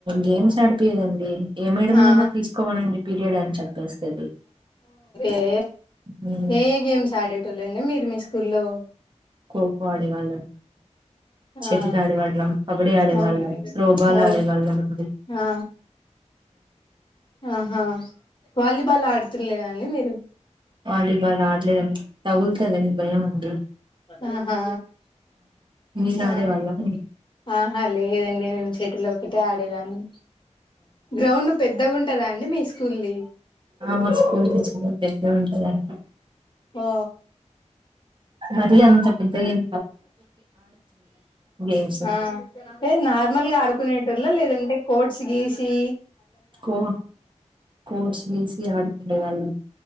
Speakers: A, on the right; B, on the left.
A: గేమ్స్ ఆడిపీయదండి ఏ మేడంనన్నా
B: ఆ
A: తీసుకోమనండి పీరియడ్ అని చెప్పెస్టది చెప్పేస్తది
B: ఏ
A: హ్మ్
B: ఏ ఏ గేమ్స్ ఆడేటోళ్ళండి మీరు మీ స్కూల్లో
A: కోకో ఆడేవాళ్ళం షటిల్
B: ఆ
A: ఆడేవాళ్ళం కబడ్డీ ఆడేవాళ్ళం
B: అ
A: త్రోబాల్
B: ఓ
A: ఆడేవాళ్ళం అండి
B: ఆ ఆహా వాలీబాల్ ఆడుతుర్లేద అండి మీరు
A: వాలీబాల్ ఆడలేదండి తగుల్తదని భయం అండి
B: ఆహా
A: మీరు
B: ఆ
A: ఆడేవాళ్ళ అండి
B: ఆహా లేదండి నేన్ చెటిల్ ఒక్కటే ఆడేదాన్ని గ్రౌండ్ పెద్దగా ఉంటదా అండి మీ స్కూల్ది
A: మా స్కూల్ కి చాలా పెద్దగా ఉంటదండి
B: ఓ
A: మరి అంత పెద్దగెం గేమ్స్
B: ఆ ఏ నార్మల్గా ఆడుకునేటోళ లేదంటే కోట్స్ గీట్స్ తీ
A: కో కోచ్ తీసి ఆడుకునే వాళ్ళు